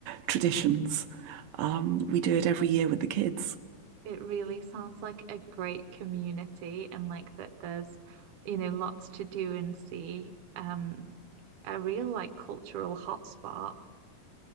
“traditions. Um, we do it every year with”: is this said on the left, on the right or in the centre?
Right